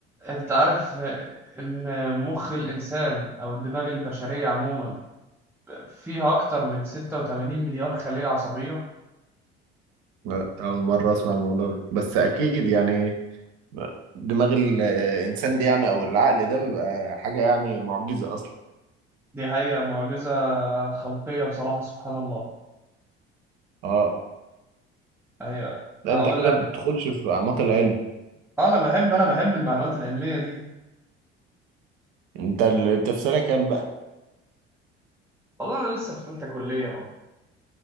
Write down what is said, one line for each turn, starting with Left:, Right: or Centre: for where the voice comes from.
Centre: أنت عارف آه، إن مخ الإنسان أو الدماغ البشرية عموما فيها أكتر من 86 مليار خلية عصبية
Right: لا، أول مرة أسمع الموضوع ده بس أكيد يعني دماغ الإنسان دي يعني أو العقل ده بيبقى حاجة يعني معجزة أصلا
Centre: دي حقيقة معجزة خلقية بصراحة سبحان الله
Right: أه
Centre: أيوة
Right: لا
Centre: أقول
Right: أنت كده
Centre: لك
Right: بتخش في أعماق العلم
Centre: أنا بحب أنا بحب المعلومات العلمية دي
Right: أنت ال- أنت في سنة كام بقى؟
Centre: والله أنا لسه في تالتة كلية